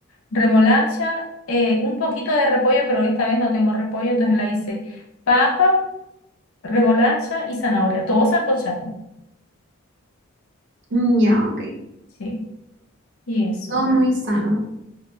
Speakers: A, on the left; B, on the right.
A: remolacha, eh, un poquito de repollo, pero esta vez no tengo repollo, entonces la hice papa, remolacha y zanahoria, todo sancochado,
B: Mm, Ya, ok.
A: sí, y eso,
B: Todo muy
A: eh,
B: sano.